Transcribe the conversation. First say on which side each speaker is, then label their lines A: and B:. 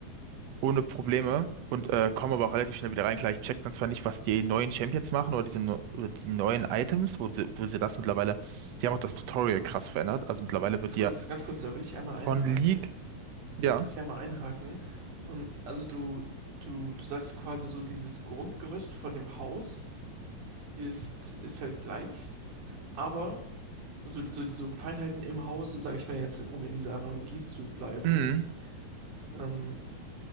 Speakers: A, on the right; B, on the right.
A: ohne Probleme und äh, komme aber auch relativ schnell wieder rein. Klar, ich check dann zwar nicht, was die neuen Champions machen oder diese neu- oder die neuen Items, wo sie, wo sie das mittlerweile, die haben auch das Tutorial krass verändert. Also mittlerweile
B: Ganz
A: wird die
B: kurz,
A: ja
B: ganz kurz, da will ich einmal
A: von
B: einhaken.
A: League, ja.
B: Da muss ich einmal einhaken. Ähm, also du, du, du sagst quasi so dieses Grundgerüst von dem Haus ist, ist halt gleich, aber so, so, so Feinheiten im Haus, so sage ich mal jetzt, um in dieser Analogie zu bleiben,
A: Mhm.
B: ähm,